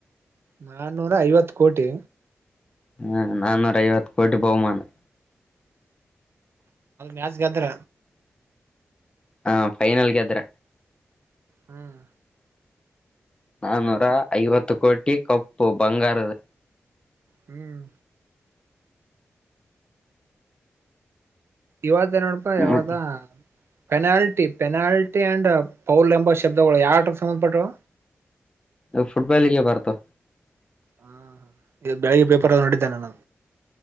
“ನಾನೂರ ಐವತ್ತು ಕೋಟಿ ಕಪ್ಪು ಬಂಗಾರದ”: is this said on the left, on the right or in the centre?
Left